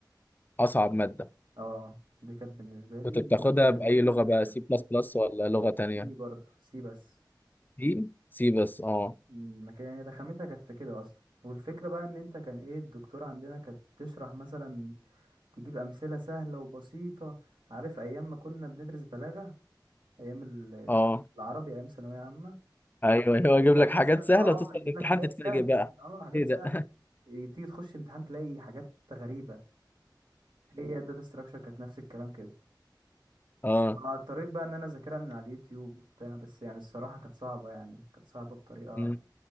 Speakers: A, on the left (about 25°); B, on the right (about 85°).
A: اصعب ماده
B: اه دي كانت بالنسبة لي
A: كنت بتاخدها
B: مادة
A: بأي
B: رخمة
A: لغة
B: رخمة
A: بقى سي بلس بلس ولا لغة تانية
B: سي برضه سي بس
A: سي سي بس اه
B: ما كان يعني رخامتها كانت في كده اصلا والفكره بقى ان انت كان ايه الدكتور عندنا كانت تشرح مثلا تجيب امثله سهله وبسيطه عارف ايام ما كنا بندرس بلاغه ايام ال-
A: اه
B: العربي ايام ثانويه عامه
A: ايوه هو
B: يجيب
A: يجيب
B: لك
A: لك حاجات
B: مثلا
A: سهلة
B: اه
A: وتدخل
B: يجيب
A: الامتحان
B: لك حاجات
A: تتفاجئ
B: سهله
A: بقى
B: اه حاجات
A: ايه ده
B: سهله إيه، تيجي تخش امتحان تلاقي حاجات غريبه هي الداتا ستراكشر كانت نفس الكلام كده
A: اه
B: اضطريت بقى ان انا اذاكرها من على اليوتيوب وبتاع بس يعني الصراحه كانت صعبه يعني كانت صعبه بطريقه
A: مم.